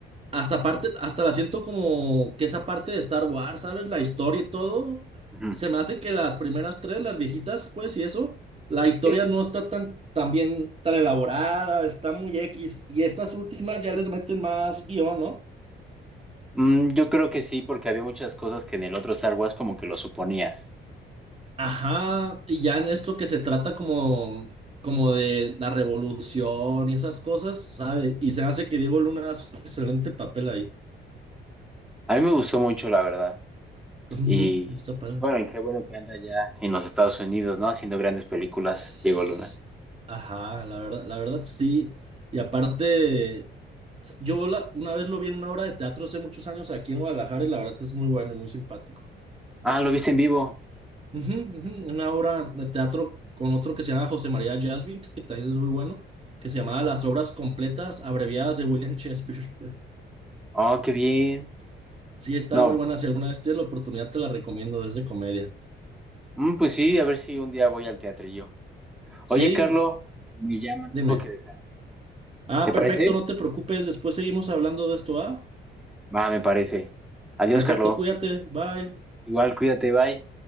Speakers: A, on the right; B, in the centre.
A: hasta parte, hasta la siento como que esa parte de Star Wars, ¿sabes? La historia y todo,
B: Ujú.
A: se me hace que las primeras tres, las viejitas, pues, y eso, la historia
B: Sí.
A: no está tan, tan bien, tan elaborada, está muy X, y estas últimas ya les meten más guión, ¿no?
B: Mm, yo creo que sí, porque había muchas cosas que en el otro Star Wars como que lo suponías.
A: Ajá, y ya en esto que se trata como, como de la revolución y esas cosas, sabe Y se hace que Diego Luna hace un excelente papel ahí.
B: A mí me gustó mucho, la verdad.
A: Ujú,
B: Y,
A: está padre.
B: y bueno, y qué bueno que anda ya en los Estados Unidos, ¿no? Haciendo grandes películas,
A: S-
B: Diego Luna.
A: Ajá, la verdad, la verdad sí. Y aparte, s- yo la- una vez lo vi en una obra de teatro hace muchos años aquí en Guadalajara y la verdad es muy bueno, y muy simpático.
B: Ah, ¿lo viste en vivo?
A: Ujú, ujú, Una obra de teatro con otro que se llama José María Jasby, que también es muy bueno, que se llamaba Las obras completas abreviadas de William Shakespeare. <laughs>
B: Oh, qué bien.
A: Sí, está
B: No,
A: muy buena. Si alguna vez tienes la oportunidad, te la recomiendo es de comedia.
B: mm, pues sí, a ver si un día voy al teatrillo.
A: Sí,
B: Oye, Carlo, me llaman,
A: dime.
B: tengo que dejarte.
A: Ah,
B: ¿Te
A: perfecto,
B: parece?
A: no te preocupes. Después seguimos hablando de esto, ¿ah?
B: Va, me parece. Adiós,
A: Perfecto,
B: Carlo.
A: cuídate, bye.
B: Igual, cuídate, bye.